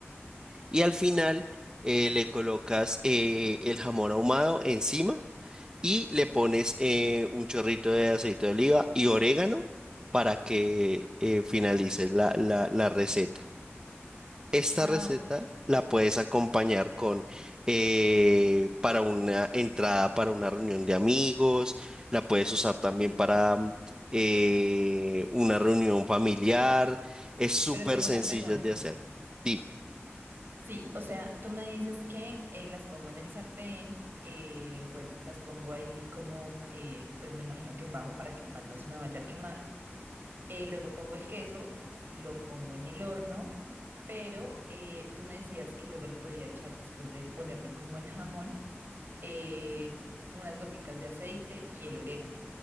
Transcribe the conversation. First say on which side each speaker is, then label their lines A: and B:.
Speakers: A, on the right; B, on the right.
A: Y al final eh, le colocas eh, el jamón ahumado encima y le pones eh, un chorrito de aceite de oliva y orégano para que eh, finalice la, la- la receta. Esta
B: Ah,
A: receta
B: ok,
A: la puedes acompañar con eh, para una entrada para una reunión de amigos, la puedes usar también para mm, eh, una reunión familiar. Es súper
B: pero tengo
A: sencilla
B: una pregunta.
A: de hacer. Dime.
B: Sí, o sea, tú me dices que eh, las pongo en el sartén, eh, bueno, las pongo ahí como, eh, pues me imagino que en bajo para que el pan no se me vaya a quemar. Eh, luego pongo el queso, lo pongo en el horno, pero eh, tú me decías que luego le podía echar, después de ponerle como el jamón, eh, unas goticas de aceite y el orégano.